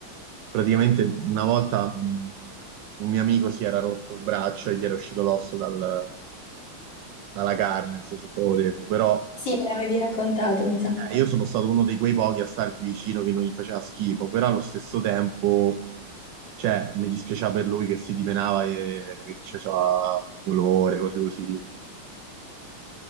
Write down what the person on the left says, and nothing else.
Sì, me l'avevi raccontato, mi sa.